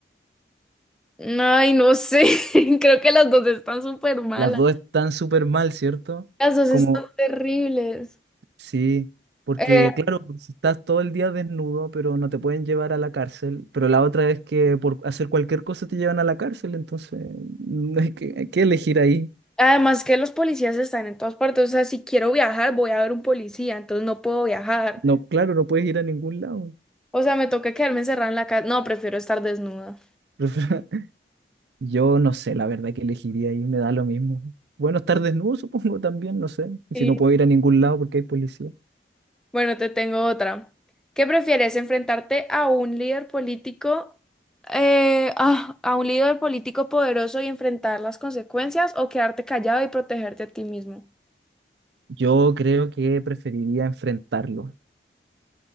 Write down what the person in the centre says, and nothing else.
Ay, no sé. <laughs> Creo que las dos están súper malas.
Las dos
están terribles.
Eh,
además que los policías están en todas partes. O sea, si quiero viajar, voy a ver un policía, entonces no puedo viajar.
O sea, me toca quedarme encerrada en la casa. No, prefiero estar desnuda.
Sí.
Bueno, te tengo otra. ¿Qué prefieres, enfrentarte a un líder político, eh, ah, a un líder político poderoso y enfrentar las consecuencias o quedarte callado y protegerte a ti mismo?